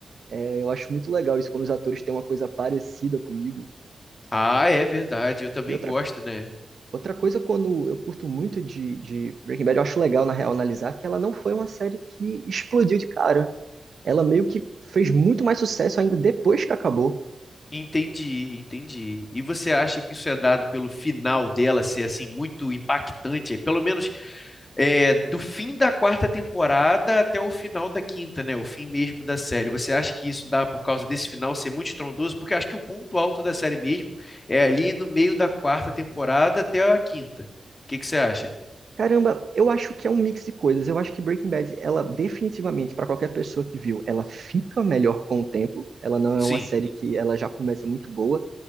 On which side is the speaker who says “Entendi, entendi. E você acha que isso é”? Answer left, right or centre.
Left